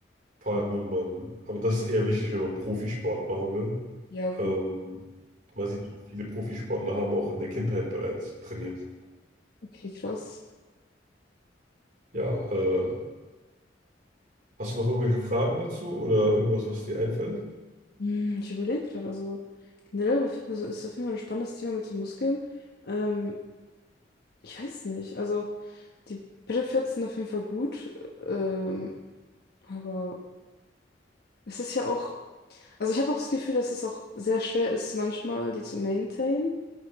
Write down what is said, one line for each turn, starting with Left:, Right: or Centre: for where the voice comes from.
Right: vor allem wenn man, aber das ist eher wichtig, wenn man Profisport machen will.
Left: Ja, gut.
Right: Ähm, man sieht auch, viele Profisportler haben auch in der Kindheit bereits trainiert.
Left: Okay, krass.
Right: Ja, äh, hast du noch irgendwelche Fragen dazu oder irgendwas, was dir einfällt?
Left: Hm, ich überlege gerade, also generell auf jeden Fall so- ist auf jeden Fall ein spannendes Thema mit den Muskeln. Ähm, ich weiß nicht, also die Brille sind auf jeden Fall gut, ähm, aber es ist ja auch, also ich habe auch das Gefühl, dass es auch sehr schwer ist, manchmal die zu maintainen.